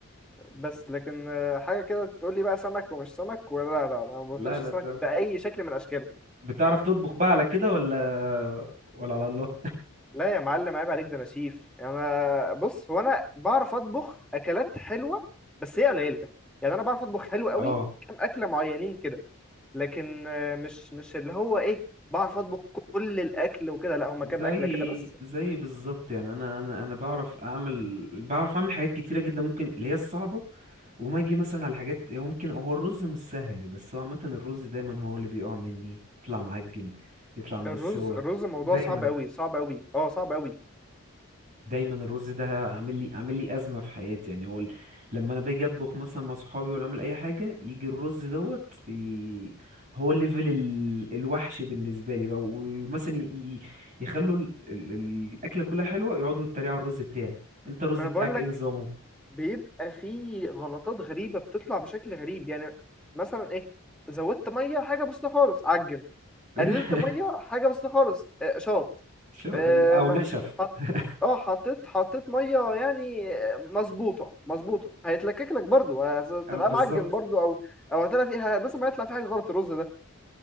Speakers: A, in the centre; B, on the right.
A: بس لكن آه حاجه كده تقول لي بقى سمك ومش سمك ولا لا لا، انا ما
B: لا
A: بطيقش
B: لا
A: السمك
B: طب
A: باي شكل من اشكاله
B: بتعرف تطبخ بقى على كده ولا ولا على الله
A: لا يا معلم عيب عليك ده انا شيف انا بص هو انا بعرف اطبخ اكلات حلوه بس هي قليله يعني انا بعرف اطبخ
B: <laughs>
A: حلو قوي
B: اه
A: كام اكله معينين كده لكن آه، مش مش اللي هو ايه بعرف اطبخ كل الاكل وكده لا هما
B: زي
A: كام اكله كده بس
B: زي بالظبط يعني انا انا انا بعرف اعمل بعرف اعمل حاجات كتيره جدا ممكن اللي هي الصعبه وما اجي مثلا على حاجات هو ممكن هو الرز مش سهل بس هو عامه الرز دايما هو اللي بيقع مني يطلع معجن يطلع ناقص
A: الرز
B: سوا
A: الرز موضوع
B: دايما
A: صعب قوي صعب قوي اه صعب قوي
B: دايما الرز ده عامل لي عامل لي ازمه في حياتي يعني هو ال- لما انا باجي اطبخ مثلا مع صحابي ولا اعمل اي حاجه يجي الرز دوت ي... هو ليفل ال... الوحش بالنسبه لي بقى ومثلا ي... ي- يخلوا ال... ال... ال- الاكله كلها حلوه يقعدوا يتريقوا على الرز بتاعي انت الرز
A: ما
B: بتاعك
A: انا بقول
B: ايه
A: لك
B: نظامه
A: بيبقى فيه غلطات غريبه بتطلع بشكل غريب يعني مثلا ايه زودت ميه حاجه بسيطه خالص عجن
B: <laughs>
A: قللت ميه حاجه بسيطه خالص آه، شاط
B: شو-
A: آم،
B: او نشف
A: حط-
B: <laughs>
A: اه حطيت حطيت ميه يعني مظبوطه مظبوطه هيتلكك لك برضو هتلاقيه
B: أو بالظبط
A: معجن برضو او او هتلاقي فيها لازم ما يطلع فيه حاجه غلط الرز ده